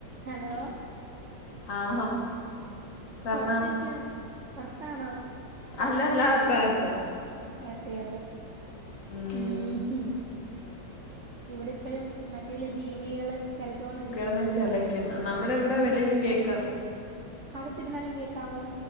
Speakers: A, on the right (about 60°); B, on the left (about 50°).
A: ഹലോ.
B: ആഹം കാരണം
A: പുറത്തേക്കാണ് പുറത്താണോ.
B: അല്ലല്ല അകത്താകത്ത
A: അകത്തുകയറിയോ
B: ഉം,
A: ഊഹ് ഇവിടിപ്പഴും മറ്റേല ജീവികള് ചിലച്ചുകൊണ്ടിരിക്കുന്ന
B: കിടന്ന് ചിലയ്ക്കുന്ന
A: ശബ്ദം
B: നമ്മുടെ ഇവിടെ
A: ഉം.
B: വെളിയിലും കേൾക്കാം
A: അകത്തിരുന്നാലും കേക്കാമോ.